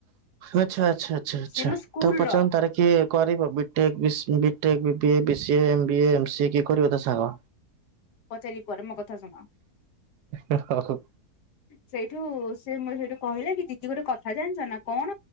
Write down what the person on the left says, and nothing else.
ସେ ମୋ ସ୍କୁଲ
ର
ପଚାରିବି ପରେ ମୋ କଥା ଶୁଣ?
ସେଇଠୁ ସେ ମୋ ସେଇଠୁ କହିଲା କି ଦିଦି ଗୋଟେ କଥା ଜାଣିଛ ନା, କଣ?